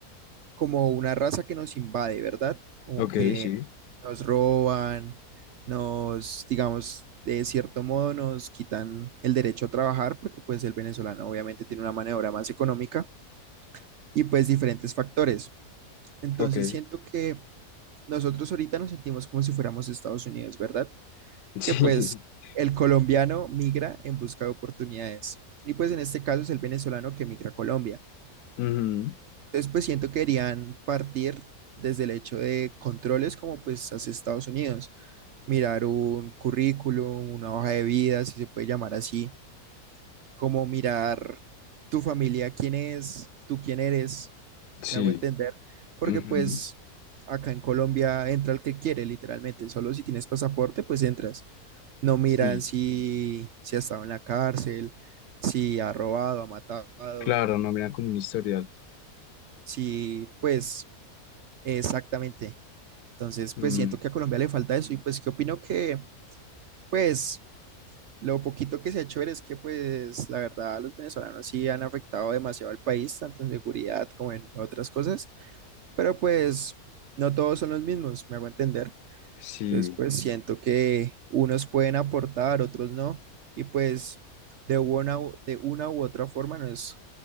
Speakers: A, on the right; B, on the left.
A: como una raza que nos invade, ¿verdad? Como
B: Ok,
A: que
B: sí,
A: nos roban, nos, digamos, de cierto modo nos quitan el derecho a trabajar porque pues el venezolano obviamente tiene una mano de obra más económica y pues diferentes factores. Entonces
B: ok.
A: siento que nosotros ahorita nos sentimos como si fuéramos Estados Unidos, ¿verdad?
B: <laughs>
A: Que pues
B: Sí.
A: el colombiano migra en busca de oportunidades y pues en este caso es el venezolano que migra a Colombia.
B: ujú,
A: Entonces, pues siento que querían partir desde el hecho de controles como pues hacia Estados Unidos, mirar un currículum, una hoja de vida, si se puede llamar así, como mirar tu familia, quién es, tú quién eres,
B: Sí.
A: me hago entender, porque
B: Ujú,
A: pues acá en Colombia entra el que quiere, literalmente, solo si tienes pasaporte, pues entras. No miran
B: Sí,
A: si, si ha estado en la cárcel, si ha robado, ha matado,
B: claro, no miran como un historial.
A: si pues... Exactamente. Entonces, pues
B: Mm,
A: siento que a Colombia le falta eso y pues que opino que, pues, lo poquito que se ha hecho ver es que, pues, la verdad, los venezolanos sí han afectado demasiado al país, tanto en seguridad como en otras cosas, pero pues no todos son los mismos, me hago entender.
B: sí,
A: Entonces, pues siento que unos pueden aportar, otros no, y pues de una, u- de una u otra forma no es